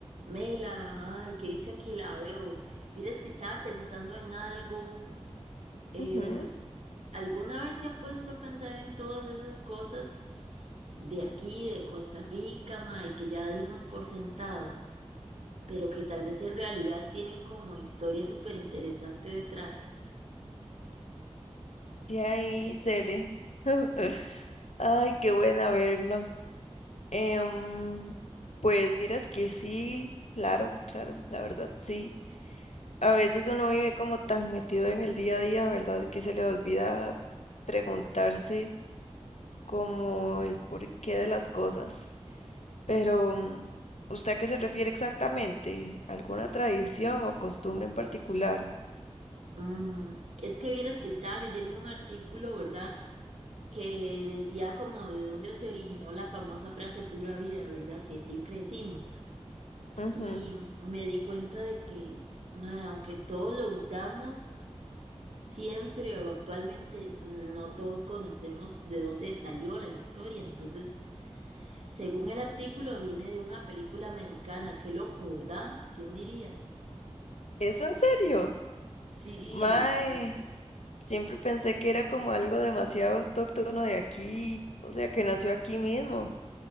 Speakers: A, on the right (about 70°); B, on the left (about 80°).
A: Mela, ay, qué dicha que la veo. Dirás que estaba pensando en algo. eh,
B: Ujú.
A: ¿alguna vez se ha puesto a pensar en todas esas cosas de aquí, de Costa Rica, mae, que ya dimos por sentado, pero que tal vez en realidad tienen como historia súper interesante detrás?
B: Y ahí, Cele. <laughs> Ay, qué buena verlo. Em, pues vieras que sí, claro, claro, la verdad sí. A veces uno vive como tan metido en el día a día, ¿verdad? Que se le olvida preguntarse como el porqué de las cosas. Pero, mm, ¿usted a qué se refiere exactamente? ¿Alguna tradición o costumbre en particular?
A: Mm, es que vieras que estaba leyendo un artículo, ¿verdad? que decía como de dónde se originó la famosa frase pura vida, ¿verdad? Que siempre decimos.
B: Ujú.
A: y me di cuenta de que, mae, aunque todos lo usamos, siempre o actualmente no todos conocemos de dónde salió la historia. Entonces, según el artículo, viene de una película mexicana. Qué loco, ¿verdad? ¿Quién diría?
B: ¿Es en serio?
A: Sí,
B: Mae.
A: en serio.
B: Siempre pensé que era como algo demasiado autóctono de aquí, o sea, que nació aquí mismo.